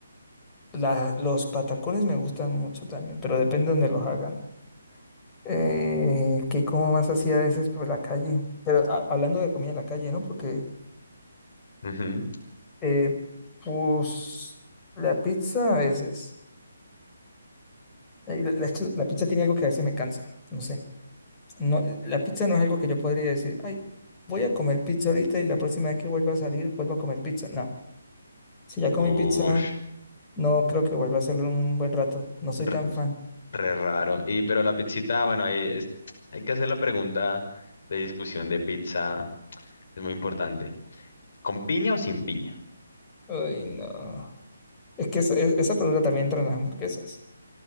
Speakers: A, on the left; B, on the left.
A: la- los patacones me gustan mucho también, pero depende donde los hagan. Eh, que como más así a veces por la calle. Pero a- hablando de comida en la calle, ¿no? Porque...
B: Ujú.
A: Eh, pues la pizza a veces. Eh, La, la- la pizza tiene algo que a veces me cansa, no sé. No, eh, la pizza no es algo que yo podría decir, ay, voy a comer pizza ahorita y la próxima vez que vuelva a salir, vuelvo a comer pizza. No, si ya comí
B: Ush,
A: pizza, no creo que vuelva a hacerlo en un buen rato. No soy
B: r-
A: tan fan.
B: re, raro. Y pero la pizzita, bueno, ahí es- hay que hacer la pregunta de discusión de pizza. Es muy importante. ¿Con piña o sin piña?
A: Ay, no. Es que esa, es- esa pregunta también entra en las hamburguesas.